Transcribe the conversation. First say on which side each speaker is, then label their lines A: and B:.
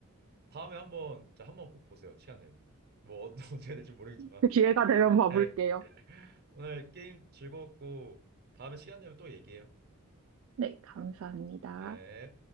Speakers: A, on the right (about 45°); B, on the right (about 65°).
A: 다음에 한번 자 한번 꼭 보세요. 시간 되면. 뭐 언- <laughs> 언제 될지 모르겠지만.
B: 그 기회가 되면 봐볼게요.
A: 네. 오늘 게임 즐거웠고 다음에 시간 되면 또 얘기해요.
B: 네, 감사합니다.
A: 네.